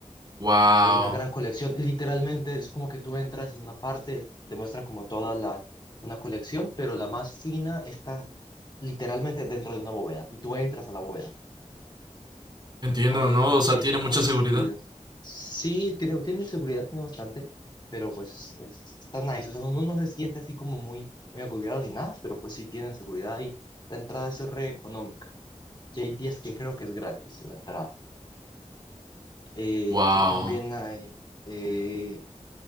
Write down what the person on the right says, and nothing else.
Wow.
Entiendo,
¿no?
O sea,
tiene
mucha
seguridad.
Wow.